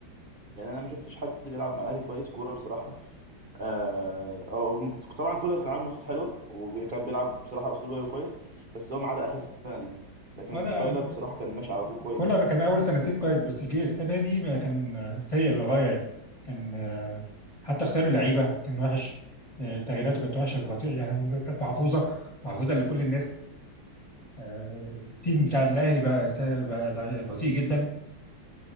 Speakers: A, on the right; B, on the left.
A: يعني انا ما شفتش حد بيلعب مع الاهلي كويس كوره بصراحه آه هو طبعا كولر كان عامل ماتشات حلوه وكان بيلعب بصراحه اسلوب لعبه كويس بس هو ما عدا اخر سنه دي لكن
B: ولا
A: فايلر بصراحه كان ماشي على طول كويس
B: كولر
A: يعني
B: كان اول سنتين كويس بس جه السنه دي ما كان سيء للغايه يعني كان آه، حتى اختيار اللعيبه كان وحش آه، تغييراته كانت وحشه بطيء يعني بقت محفوظه محفوظه لكل الناس آه، التيم بتاع الاهلي بقى سا- بقى ضع- بطيء جدا